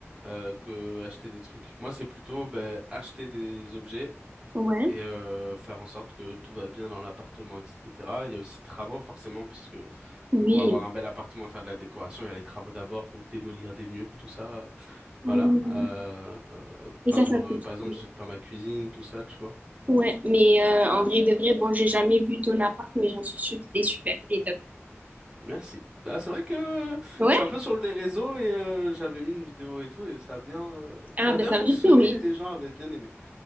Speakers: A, on the right; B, on the right.
A: euh, que acheter des trucs. Moi, c'est plutôt ben, acheter des objets
B: Ouais.
A: et euh, faire en sorte que tout va bien dans l'appartement, etc. Il y a aussi travaux, forcément, parce que
B: Oui.
A: pour avoir un bel appartement, faire de la décoration, il y a les travaux d'abord, donc démolir des murs, tout ça.
B: Ah
A: Voilà.
B: oui,
A: Euh,
B: oui.
A: euh,
B: Et
A: peindre,
B: ça, ça
A: euh,
B: coûte.
A: par exemple,
B: oui.
A: j'ai peint ma cuisine, tout ça, tu vois.
B: Ouais, mais euh, en vrai de vrai, bon, j'ai jamais vu ton appart, mais j'en suis sûre qu'il est super, il est top.
A: Merci. Bah, c'est vrai que
B: Ouais?
A: je suis un peu sur les réseaux et euh, j'avais mis une vidéo et tout et ça a bien, euh, ça
B: Ah,
A: a
B: ben
A: bien
B: ça
A: fonctionné,
B: veut dire que oui.
A: les gens avaient bien aimé.